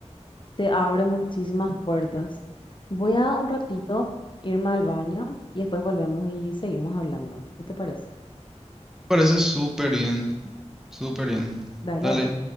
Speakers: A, on the left; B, in the centre.
A: te abre muchísimas puertas. Voy a un ratito irme al baño y después volvemos y seguimos hablando. ¿Qué te parece?
B: Me parece súper bien, súper bien.
A: Dale,
B: Dale.
A: dale.